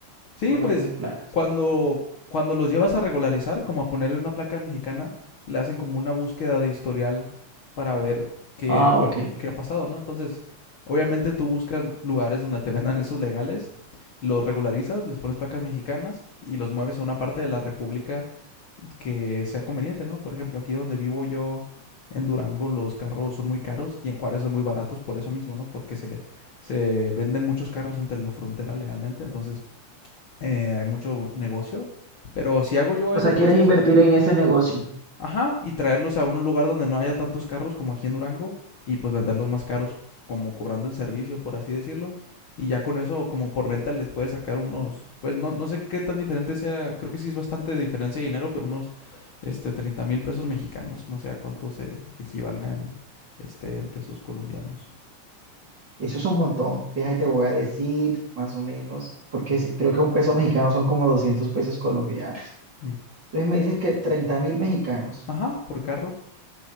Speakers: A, on the left; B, on the right.
A: Sí,
B: por no
A: pues
B: tener placas.
A: cuando, cuando los llevas a regularizar, como a ponerle una placa mexicana, le hacen como una búsqueda de historial para ver qué,
B: Ah,
A: cuál-
B: ok.
A: qué ha pasado, ¿no? Entonces, obviamente tú buscas lugares donde te vendan esos legales, los regularizas, les pones placas mexicanas y los mueves a una parte de la república que sea conveniente, ¿no? Por ejemplo, aquí donde vivo yo, en Durango los carros son muy caros y en Juárez son muy baratos por eso mismo, ¿no? Porque se, se venden muchos carros entre la frontera legalmente, entonces eh, hay mucho negocio, pero si hago yo
B: O
A: ese
B: sea,
A: proceso,
B: quieres invertir en ese negocio.
A: ajá, y traerlos a un lugar donde no haya tantos carros como aquí en Durango, y pues venderlos más caros, como cobrando el servicio, por así decirlo, y ya con eso, como por venta, les puede sacar unos, pues no, no sé qué tan diferente sea, creo que sí es bastante diferencia de dinero, pero unos, este, treinta mil pesos mexicanos, no sé a cuánto se equivalga en, este, en pesos colombianos.
B: Eso es un montón. Déjate, te voy a decir más o menos, porque si- creo que un peso mexicano son como 200 pesos colombianos.
A: Mm.
B: Entonces me dices que 30 mil mexicanos.
A: Ajá, por carro.